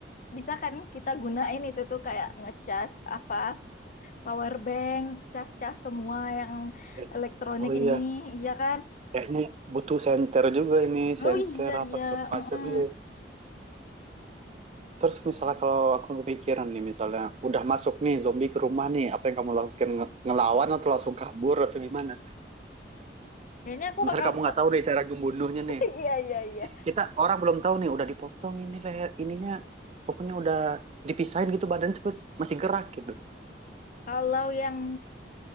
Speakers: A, on the left; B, on the right.
A: Bisa kan kita gunain itu tuh kayak ngecas apa power bank, cas-cas semua yang
B: Eh,
A: elektronik
B: Oh iya,
A: ini, iya kan?
B: kayaknya butuh senter juga ini,
A: Oh
B: senter
A: iya,
B: apa
A: iya.
B: segala
A: Mm-mm.
B: macam. Iya. Terus misalnya kalau aku kepikiran nih misalnya udah masuk nih zombie ke rumah nih apa yang kamu lakukan Nge- ngelawan atau langsung kabur atau gimana?
A: Kayaknya aku
B: Misalnya
A: bakal.
B: kamu
A: <laughs>
B: nggak tahu deh cara membunuhnya nih.
A: Iya, iya, iya.
B: Kita orang belum tahu nih udah dipotong ini leher ininya pokoknya udah dipisahin gitu badan cepet masih gerak gitu.
A: Kalau yang